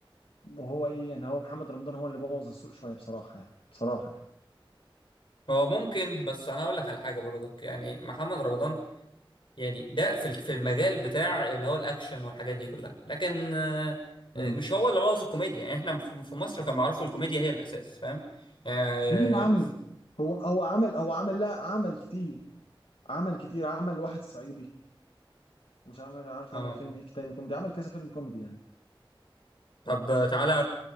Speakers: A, on the left (about 85°); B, on the left (about 65°).
A: وهو ايه يعني هو محمد رمضان هو اللي بوظ السوق شوية بصراحة يعني بصراحة يعني
B: هو ممكن بس انا اقول لك على حاجه برضك يعني محمد رمضان يعني ده في في المجال بتاع اللي هو الاكشن والحاجات دي كلها لكن آه، آه،
A: مم.
B: مش هو اللي بوظ الكوميديا يعني احنا في في مصر كان معروف الكوميديا هي الاساس فاهم يعني
A: ليه يا عم هو هو عمل هو عمل لا عمل كتير عمل كتير عمل واحد صعيدي مش عمل عارف
B: اه
A: عمل فيلم ايه تاني كوميدي عمل كذا فيلم كوميدي يعني
B: طب تعالى